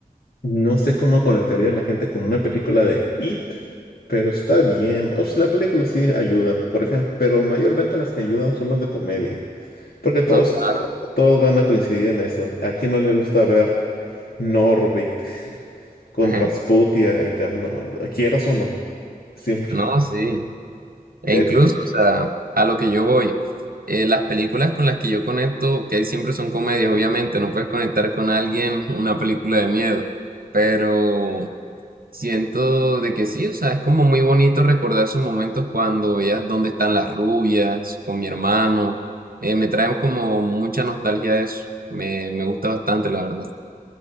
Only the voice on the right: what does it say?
No, claro.
<laughs>
No, sí. E
incluso,
o sea, a lo que yo voy, eh, las películas con las que yo conecto, que siempre son comedias, obviamente, no puedes conectar con alguien <laughs> una película de miedo, pero siento de que sí, o sea, es como muy bonito recordar esos momentos cuando veías dónde están las rubias, con mi hermano, eh, me trae como mucha nostalgia eso, me, me gusta bastante, la verdad.